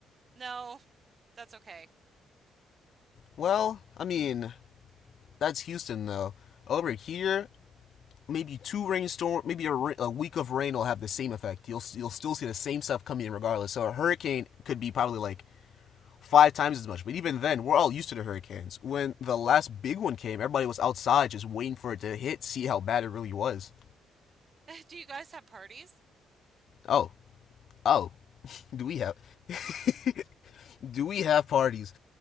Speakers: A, on the right (about 40°); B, on the left (about 60°).
A: no, that's okay.
B: well, I mean, that's Houston though. Over here, maybe two rainstorm, maybe a, a week of rain will have the same effect. You'll you'll still see the same stuff coming in regardless. So a hurricane could be probably like five times as much. But even then, we're all used to the hurricanes. When the last big one came, everybody was outside just waiting for it to hit, see how bad it really was.
A: <laughs> Do you guys have parties?
B: Oh, Oh, <laughs> do we have? <laughs> do we have parties?